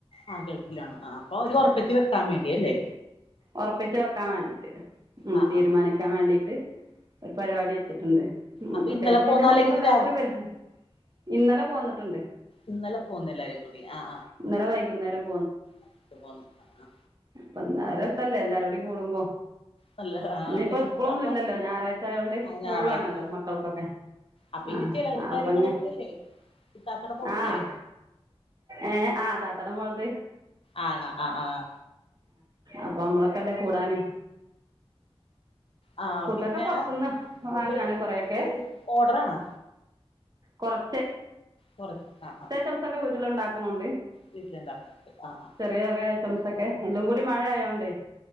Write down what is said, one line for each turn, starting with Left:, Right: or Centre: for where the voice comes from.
Left: ആഹ ഗൾഫിലാണ് അപ്പൊ ഒരു ഉറപ്പിച്ച് വെക്കാൻ വേണ്ടിയല്ലേ
Right: ഒറപ്പിച്ച് വെക്കാ വേണ്ടീട്ട് ഉം
Left: ആ
Right: തീരുമാനിക്കാൻ
Left: ആ
Right: വേണ്ടീട്ട് ഒര് പരിവാടി വെച്ചിട്ടുണ്ട് ഉം
Left: അപ്പൊ
Right: അത്യാവശ്യം
Left: ഇന്നലെ പോന്ന
Right: വല്യ
Left: അല്ലെങ്കിൽ
Right: മോശല്ലാത്തരു
Left: ഇന്ന് രാ-
Right: പരിവാടി ഇന്നലെ പോന്നിട്ടുണ്ട്
Left: ഇന്നലെ പോന്നു എല്ലാരും കൂടി ആഹ്
Right: ഇന്നലെ വൈകുന്നേരം
Left: ആഹ് പോന്നു ആഹ്
Right: അപ്പൊന്നാ രസല്ലേ എല്ലാരൂടീം കൂടുമ്പൊ
Left: നല്ല ആ,
Right: ഇഞ്ഞിപ്പോ
Left: പിന്നെ ഇത്
Right: സ്കൂളൊന്നും
Left: അപ്പൊ
Right: ഇല്ലല്ലോ ഞായറാഴ്ച ആയോണ്ട്
Left: ആ, ഞായറാഴ്ച
Right: ഒഴിവാണല്ലോ മക്കൾക്കൊക്കെ
Left: അപ്പൊ ഇനി
Right: ആഹ
Left: ചെലവും കാര്യങ്ങളൊക്കെ
Right: അപ്പൊങ്ങ
Left: ഇല്ലേ ഇത്താത്തടെ മോൾക്കില്ലേ
Right: ആഹ ഏഹ് ആഹ് താത്തട മോളത്
Left: ആണോ ആഹ് ആഹ്
Right: അപ്പ അമ്മളൊക്കല്ലേ കൂടാന്
Left: ആ
Right: ഫുഡൊക്കെ
Left: പിന്നെ
Right: പൊറത്ത്ന്ന്
Left: ഫുഡ്
Right: വാങ്ങാണ് കൊറേയൊക്കെ
Left: ഏത് ഓർഡറാണാ
Right: കൊറച്ച്
Left: കൊറ ആഹ് ആഹ്
Right: കൊറച്ചംസൊക്കെ വീട്ടില് ഇണ്ടാക്ക്ണണ്ട്
Left: വീട്ടിലുണ്ടാക്കുന്നുണ്ട് ആ ആ
Right: ചെറിയ ചെറിയ ഐറ്റംസൊക്കെ എല്ലാം കൂടി മഴ ആയോണ്ടെയ്